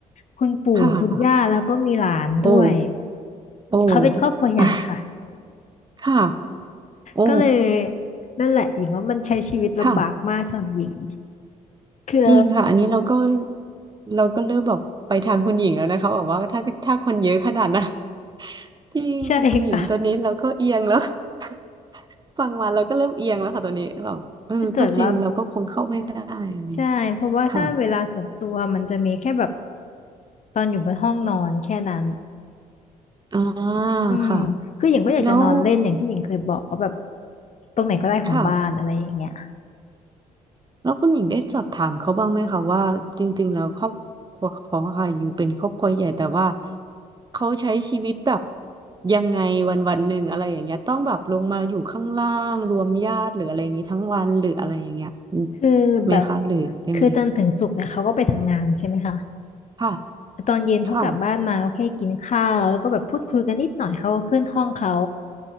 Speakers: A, on the left (about 40°); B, on the right (about 25°).
A: คุณปู่คุณย่าแล้วก็มีหลานด้วย
B: ค่ะโอ้ โอ้
A: เขาเป็นครอบครัวใหญ่ค่ะ
B: อ่ะค่ะโอ้
A: ก็เลยนั่นแหละหญิงว่ามันใช้ชีวิตลำบากมากสำหรับหญิง
B: ค่ะ
A: คือ
B: จริงค่ะ อันนี้เราก็เราก็เริ่มแบบไปทางคุณหญิงแล้วนะคะบอกว่าถ้าถ้าคนเยอะขนาดนั้น <laughs> จริงค่ะคุณหญิงตอนนี้เราก็เอียงแล้ว
A: ใช่ค่ะ
B: <laughs> ฟังมาเราก็เริ่มเอียงแล้วค่ะตอนนี้เราเออก็จริงเราก็คงเข้าไม่ได้อะไร
A: ถ้าเกิดว่าใช่เพราะว่าถ้าเวลาส่วนตัวมันจะมีแค่แบบ
B: ค่ะ
A: ตอนอยู่บนห้องนอนแค่นั้น
B: อ่า
A: อืมคือหญิงก็อยากจะนอนเล่นอย่างที่หญิงเคยบอกว่าแบบ
B: ค่ะแล้ว
A: ตรงไหนก็ได้ของบ้านอะไรอย่างเงี้ย
B: ค่ะ แล้วคุณหญิงได้สอบถามเขาบ้างไหมคะว่าจริงๆแล้วครอบครัวเขาอะค่ะอยู่เป็นครอบครัวใหญ่แต่ว่าเขาใช้ชีวิตแบบยังไงวันวันหนึ่งอะไรอย่างเงี้ยต้องแบบลงมาอยู่ข้างล่างรวมญาติหรืออะไรอย่างงี้ทั้งวันหรืออะไรอย่างเงี้ย
A: คือแบบ
B: ไหมคะหรือยังไง
A: คือจันทร์ถึงศุกร์เนี่ยเขาก็ไปทำงานใช่ไหมคะ
B: ค่ะ
A: ตอนเย็นเขากลับบ้านมาก็แค่กินข้าวแล้วก็แบบพูดคุยกันนิดหน่อยเขาก็ขึ้นห้องเขา
B: ค่ะ